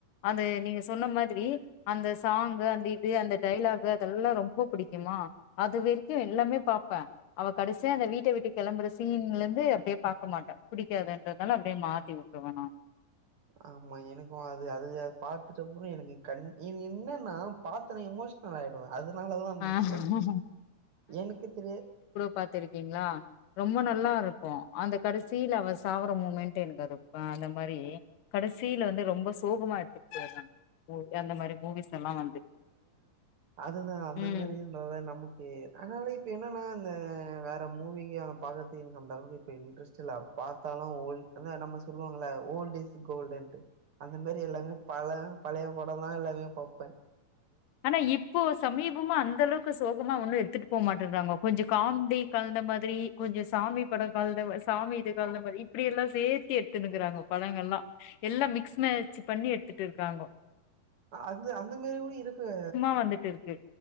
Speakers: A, on the left; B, on the right.
A: அந்த நீங்க சொன்ன மாதிரி அந்த சாங்கு அந்த இது அந்த டைலாக் அதெல்லா ரொம்ப பிடிக்குமா அது வரைக்கு எல்லாமே பாப்பே அவ கடைசியா அந்த வீட்ட வீட்டு கெளம்புற சீன்ல இருந்து அப்டியே பாக்க மாட்டே பிடிக்காதுன்றதுனால அப்டியே மாத்தி விட்டுருவே நானு
B: ஆமா எனக்கு அது அழுகையா பாத்துட்டப்புறோ எனக்கு கண் என் என்னான்னா பாத்த ஒன்னே எமோஸ் னல் ஆயிடுவே அதனாலதா
A: ஆ
B: பிளஸ் எனக்கு தெரிய
A: பாத்துருக்கீங்களா ரொம்ப நல்லா இருக்கு அந்த கடைசில அவ சாவுர மூமெண்டட் எனக்கு அது அந்த மாரி கடைசில வந்து ரொம்ப சோகமா எடுத்துட்டு போய்றாங்க மூ அந்த மாரி மூவிஸ் எல்லா வந்து
B: அதுதா அந்த
A: ம்
B: மாரி தோழர் நமக்கு அதனால இப்ப என்னன்னா இந்த வேற மூவிகான பாக்றதுக்கு அந்த அளவுக்கு இப்ப இன்ட்ரெஸ்ட் சிலர் பாத்தானா ஓல்டு அந்த நம்ம சொல்லுவாங்களா ஓல்டிஸ் கோல்டுன்ட்டு அந்த மாதிரி எல்லாமே பழைய பழைய படோந்தா எல்லாமே பாப்பே
A: ஆனா இப்போ சமீ பமா அந்த அளவுக்கு சோகமா ஒன்னோ எடுத்துட்டு போக மாட்டேன்றாங்கோ கொஞ்சோ காம்டி கலந்த மாதிரி கொஞ்சோ சாமி படோ கலந்த சாமி இது கலந்த மாதிரி இப்டியெல்லா சேத்தி எடுத்துன்னுக்கிறாங்க படங்கள்லா எல்லா மிக்ஸ் மேச்சு பண்ணி எடுத்துட்டு இருக்காங்கோ
B: அந்த அந்த மேரி கூட இருக்கே
A: இன்னோ வந்துட்டு இருக்கு